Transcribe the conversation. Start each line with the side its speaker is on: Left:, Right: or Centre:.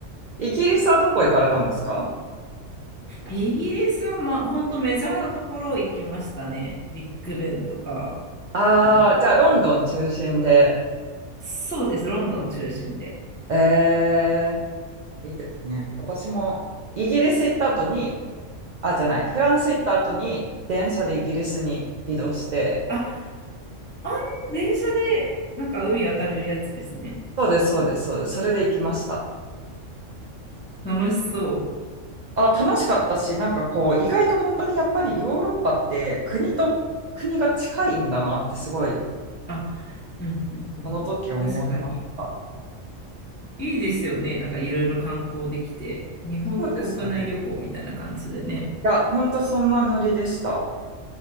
Right: イギリスはどこ行かれたんですか
Left: イギリスは、ま、本当メジャーなところ行きましたね。ビッグベンとか。
Right: ああー、
Left: うん。
Right: じゃあロンドン中心で。
Left: そうです、ロンドン中心で。
Right: えー、いいですね。私もイギリス行った後に、あ、じゃない、フランス行った後に電車でイギリスに移動して、
Left: あ、あん電車で、なんか海渡れるやつですね。
Right: そうです、そうです、そうです。それで行きました。
Left: 楽しそう。
Right: あ、楽しかったし、なんかこう、意外と本当にやっぱりヨーロッパって国と国が近いんだなってすごい、
Left: あ、うん、うん、うん。
Right: あの時思いました。
Left: 確かに。いいですよね。なんかいろいろ観光できて。日本の国内旅行みたいな感じでね。
Right: そうでしたね。いや、本当そんなノリでした。